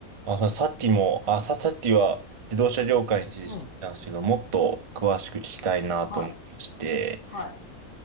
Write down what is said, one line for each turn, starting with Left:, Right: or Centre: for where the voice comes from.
Right: あ、まあさっきも、あ、さ、さっきは自動車業界についてなんですけど、
Left: うん。
Right: もっと詳しく聞きたいなと思いまして、
Left: はい。はい。